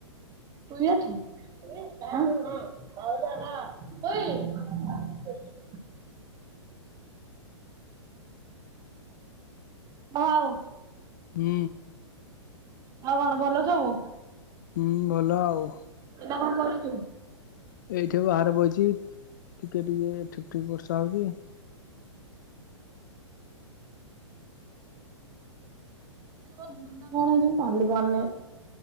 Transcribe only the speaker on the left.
ହୁଁ।
ହୁଁ ଭଲ ଆଉ।
ଏଇଠି ବାହାରେ ବଇଚି ଟିକେ ଟିକେ ଠୁକ୍ ଠୁକ୍ ବର୍ଷା ହଉଚି।